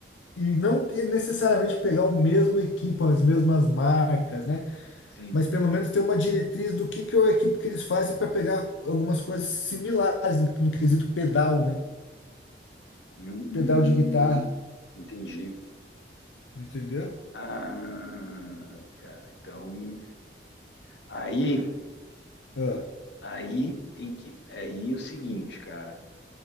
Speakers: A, on the left; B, on the left.
A: e não ter necessariamente pegar o mesmo equipo, as mesmas marcas, né?
B: sim.
A: Mas pelo menos ter uma diretriz do que, que é o equipo que eles fazem para pegar algumas coisas similares no no quesito pedal, né?
B: Hum,
A: Pedal de guitarra,
B: entendi.
A: entendeu?
B: Ah, cara, então... Aí,
A: Ah,
B: aí tem que... é Aí o seguinte, cara.